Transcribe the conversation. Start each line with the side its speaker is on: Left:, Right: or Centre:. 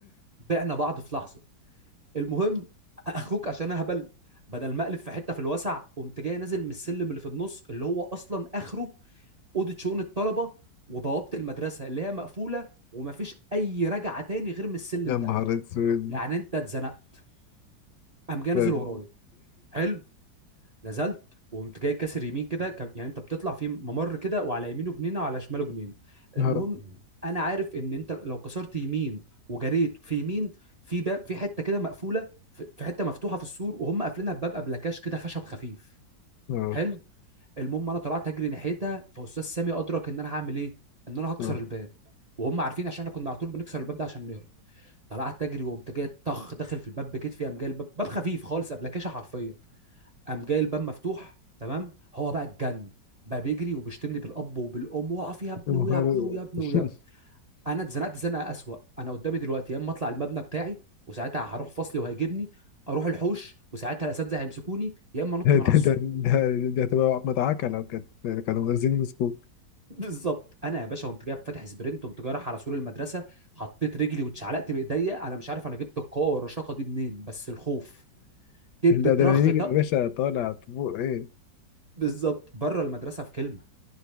Right: بعنا بعض في لحظه المهم اخوك عشان اهبل بدل ما اقلب في حته في الوسع قمت جاي نازل من السلم اللي في النص اللي هو اصلا اخره اوضه شؤون الطلبه وبوابه المدرسه اللي هي مقفوله ومفيش اي رجعه تاني غير من السلم
Left: يا
Right: ده
Left: نهار اسود
Right: يعني انت اتزنقت قام جاي
Left: لا.
Right: نازل ورايا حلو نزلت وقمت جاي كاسر يمين كده كان- يعني انت بتطلع في ممر كده وعلى يمينه جنينه وعلى شماله جنينه المهم
Left: آه.
Right: انا عارف ان انت لو كسرت يمين وجريت في يمين في باب في حته كده مقفوله في في حته مفتوحه في السور وهم قافلينها بباب ابلكاش كده خشب خفيف
Left: آه.
Right: حلو المهم انا طلعت اجري ناحيتها فاستاذ سامي ادرك ان انا هعمل ايه ان انا هكسر
Left: آه.
Right: الباب وهم عارفين عشان احنا كنا على طول بنكسر الباب ده عشان نهرب طلعت اجري وقمت جاي طخ داخل في الباب بكتفي قام جاي الباب باب خفيف خالص ابلكاشه حرفيا قام جاي الباب مفتوح تمام هو بقى اتجن بقى بيجري وبيشتمني بالاب وبالام واقف يا ابني
Left: يا نهار
Right: ويا ابني ويا ابني
Left: اسود.
Right: ويا ابني انا اتزنقت زنقه اسوأ انا قدامي دلوقتي يا اما اطلع المبنى بتاعي وساعتها هروح فصلي وهيجيبني اروح الحوش وساعتها الاساتذه هيمسكوني يا اما انط
Left: ده
Right: من
Left: ده
Right: على السور
Left: ده ده ده تبقى احمد عكا لو كانت كانوا منزلين مسكوك
Right: بالظبط انا يا باشا قمت جاي فاتح سبرنت قمت جاي رايح على سور المدرسه حطيت رجلي واتشعلقت بايديا انا مش عارف انا جبت القوه والرشاقه دي منين بس الخوف دب
Left: الادرينالين
Right: ترخ طق
Left: يا باشا طالع طبوع ايه
Right: بالظبط بره المدرسه في كلمه